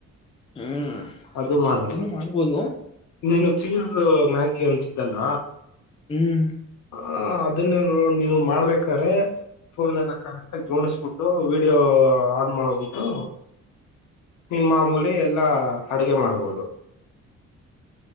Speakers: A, on the left; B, on the left.
A: ಹ್ಮ್
B: ಅದು ಮಾಡುವುದು
A: ಅದನ್ನು ಮಾಡ್ಬೋದು
B: ನೀನು ಚೀಸ್ ಮ್ಯಾಗಿ ಅನ್ಸಿದ್ದಲ್ಲ
A: ಹ್ಮ್
B: ಹ ಅದನ್ನೇ ನೋ ನೀವು ಮಾಡ್ಬೇಕ್ರೆ ಫೋನ್ ಎಲ್ಲ ಕರೆಕ್ಟ್ ಆಗ ಜೋಣಿಸಬಿಟ್ಟು ವೀಡಿಯೋ ಆನ್ ಮಾಡಬಿಟ್ಟು ನಿನ್ ಮಾಮೂಲಿ ಎಲ್ಲಾ ಅಡಗೆ ಮಾಡ್ಬೋದು